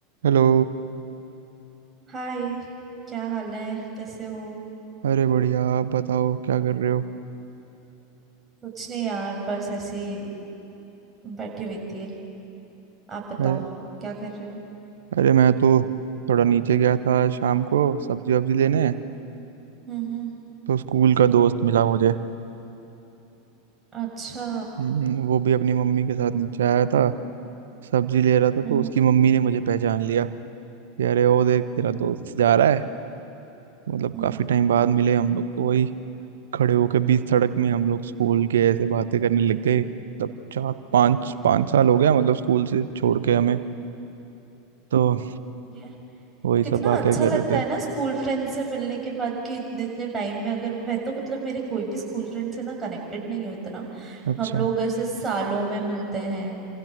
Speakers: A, on the right; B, on the right.
A: Hello
B: हाय क्या हाल है कैसे हो
A: अरे बढ़िया आप बताओ क्या कर रहे हो
B: कुछ नहीं यार बस ऐसे ही बैठी हुई थी आप बताओ
A: अरे
B: क्या कर रहे हो
A: अरे मैं तो थोड़ा नीचे गया था आज शाम को सब्जी वब्जी लेने
B: हम्म
A: तो स्कूल का दोस्त मिला मुझे
B: अच्छा
A: हम्म, वो भी अपनी मम्मी के साथ नीचे आया था सब्जी ले रहा था
B: हम्म
A: तो उसकी मम्मी ने मुझे पहचान लिया कि अरे ओ देख तेरा दोस्त जा रहा है मतलब
B: हम्म
A: काफी टाइम बाद मिले हम लोग तो वही खड़े होके बीच सड़क में हम लोग स्कूल के ऐसे बातें करने लग गए मतलब चार पाँच पाँच साल हो गया मतलब स्कूल से छोड़ के हमें तो
B: ये
A: वही
B: कितना
A: सब बातें
B: अच्छा
A: कर
B: लगता
A: रहे थे
B: है ना स्कूल फ्रेंड से मिलने के बाद कि इतने इतने टाइम में अगर मैं तो मतलब मेरे कोई भी स्कूल फ्रेंड से ना कनेक्टेड नहीं हूँ इतना
A: अच्छा
B: हम लोग ऐसे सालों में मिलते हैं